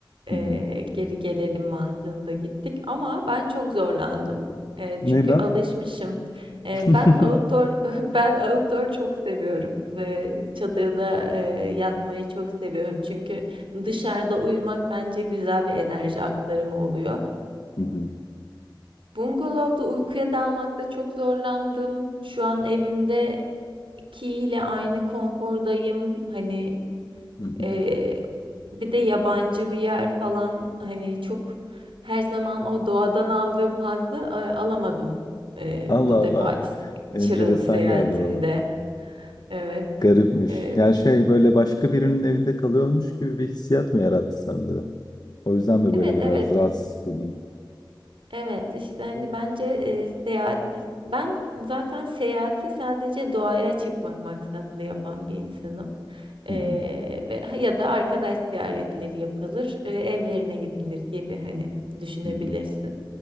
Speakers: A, on the right (about 90°); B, on the left (about 50°).
A: eee,
B: hı hı.
A: geri gelelim mantığında gittik ama ben çok zorlandım. Eee,
B: Neden?
A: çünkü alışmışım. Eee,
B: <laughs>
A: ben outdoor <laughs> ben outdoor çok seviyorum ve çadırda, eee, yatmayı çok seviyorum. Çünkü dışarıda uyumak bence güzel bir enerji aktarımı oluyor.
B: Hı hı,
A: Bungalovda uykuya dalmakta çok zorlandım. Şu an evimdeki ile aynı konfordayım. Hani
B: hı hı.
A: eee, bir de yabancı bir yer falan hani çok her zaman o doğadan aldığım hazzı e, alamadım eee,
B: Allah
A: bu
B: Allah.
A: defaki s-
B: Enteresan
A: Çıralı seyahatimde.
B: geldi bana.
A: Evet.
B: Garipmiş.
A: Eee,
B: Yani şey böyle başka birinin evinde kalıyormuş gibi bir hissiyat mı yarattı sende? O yüzden mi
A: evet
B: böyle biraz
A: evet
B: rahatsızlık duydun?
A: evet işte hani bence e, seyahat ben zaten seyahati sadece doğaya çıkmak maksatlı yapan bir insanım. Eee,
B: Hı hı,
A: ve ya da arkadaş ziyaretleri yapılır, eee, evlerine gidilir gibi hani düşünebilirsin.
B: hı hı.